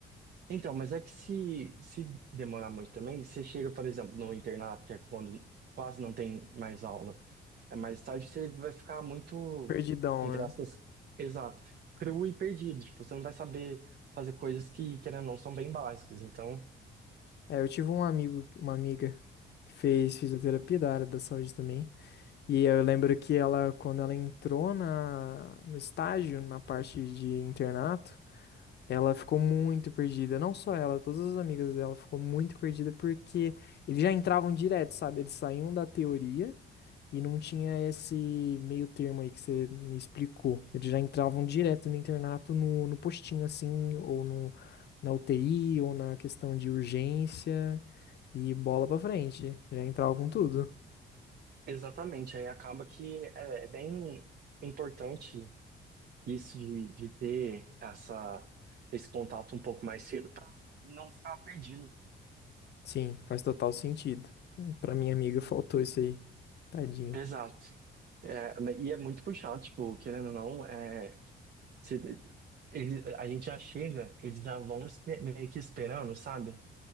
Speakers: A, on the right (about 55°); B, on the left (about 55°).
A: Então, mas é que se, se demorar muito também, você chega, por exemplo, no internato, que é quando quase não tem mais aula, é mais tarde, você vai ficar muito,
B: Perdidão,
A: entre aspas,
B: né?
A: exato, cru e perdido. Tipo, você não vai saber fazer coisas que, querendo ou não, são bem básicas. Então,
B: É, eu tive um amigo, uma amiga que fez fisioterapia da área da saúde também. E eu lembro que ela, quando ela entrou na, no estágio, na parte de internato, Ela ficou muito perdida, não só ela, todas as amigas dela ficou muito perdida porque eles já entravam direto, sabe? Eles saíam da teoria e não tinha esse meio termo aí que você me explicou. Eles já entravam direto no internato, no, no postinho assim, ou no, na UTI, ou na questão de urgência e bola pra frente. Já entravam com tudo.
A: exatamente, aí acaba que é, é bem importante isso de, de ter essa, esse contato um pouco mais cedo para não ficar perdido.
B: Sim, faz total sentido. Pra minha amiga faltou isso aí. Tadinha.
A: Exato. É, ma- e é muito puxado, tipo, querendo ou não, é, se- ele- a gente já chega, eles já vão espe- meio que esperando, sabe?